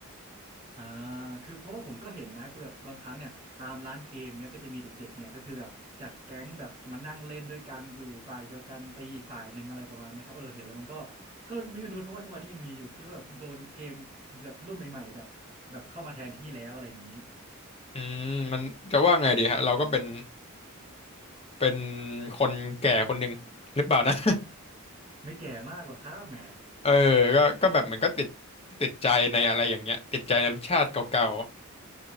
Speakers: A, on the right; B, on the left.
A: อ่าคือเพราะว่าผมก็เห็นนะคือแบบบางครั้งเนี่ยตามร้านเกมเนี้ยก็จะมีเด็กๆเนี่ยก็คือแบบจัดแก๊งแบบมานั่งเล่นด้วยกันอยู่ฝ่ายเดียวกันตีอีกฝ่ายหนึ่งอะไรประมาณเนี้ยครับเออเห็นแล้วมันก็ก็ไม่รู้ครับว่าทุกวันนี้ยังมีอยู่คิดว่าแบบโดนเกมแบบรุ่นใหม่ๆแบบแบบเข้ามาแทนที่แล้วอะไรอย่างนี้
B: อืมมันจะว่าไงดีฮะเราก็เป็น เป็นคนแก่คนหนึ่งหรือเปล่านะ
A: ไม่แก่มากหรอกครับแหม
B: <laughs> เออก็ก็แบบเหมือนก็ติดติดใจในอะไรอย่างเงี้ยติดใจในรสชาติเก่า